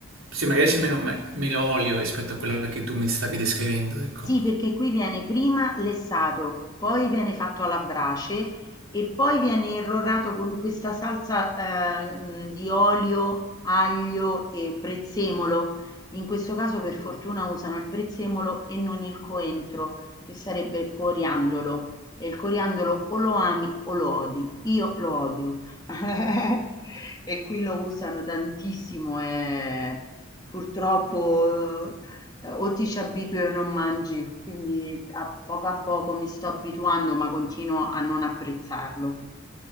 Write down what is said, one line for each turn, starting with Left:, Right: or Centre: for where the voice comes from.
Right: Sì, magari c'è meno, me- meno olio rispetto a quella che tu mi stavi descrivendo, ecco.
Left: Sì, perché qui viene prima lessato, poi viene fatto alla brace e poi viene irrorato con questa salsa eh, mh, di olio, aglio e prezzemolo. In questo caso per fortuna usano il prezzemolo e non il coentro, che sarebbe il coriandolo. E il coriandolo o lo ami o lo odi. Io lo odio. <laughs> E qui lo usano tantissimo e purtroppo Ehm, o ti ci abitui o non mangi, quindi a poco a poco mi sto abituando, ma continuo a non apprezzarlo.